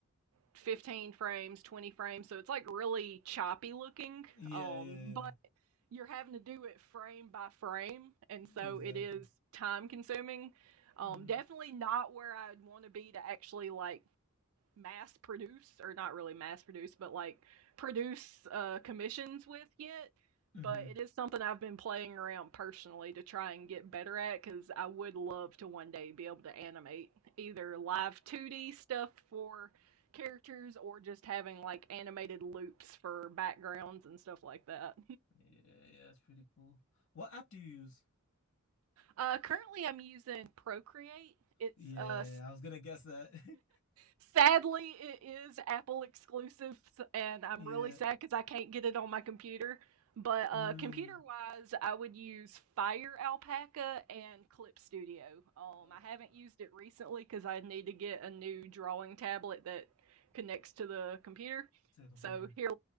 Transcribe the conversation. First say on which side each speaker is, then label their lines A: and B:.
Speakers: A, on the right; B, on the left.
A: 15 frames, 20 frames. So it's like really choppy looking.
B: Yeah,
A: Um,
B: yeah,
A: but
B: yeah.
A: you're having to do it frame by frame, and so
B: Exactly.
A: it is time consuming. Um,
B: Mm-hmm.
A: definitely not where I'd want to be to actually like mass produce or not really mass produce but like produce uh commissions with yet but
B: hmm
A: it is something i've been playing around personally to try and get better at because i would love to one day be able to animate either live 2d stuff for characters or just having like animated loops for backgrounds and stuff like that
B: Yeah, yeah, that's pretty cool. What app do you use?
A: uh currently i'm using procreate it's
B: Yeah,
A: uh s-
B: I was gonna guess that. <laughs>
A: Sadly, it is Apple exclusive, and I'm
B: Yeah.
A: really sad because I can't get it on my computer. But
B: Mm.
A: uh, computer wise, I would use Fire Alpaca and Clip Studio. Um,
B: Oh,
A: I
B: Uh,
A: haven't used it recently because I need to get a new drawing tablet that connects to the computer.
B: to the computer.
A: So here,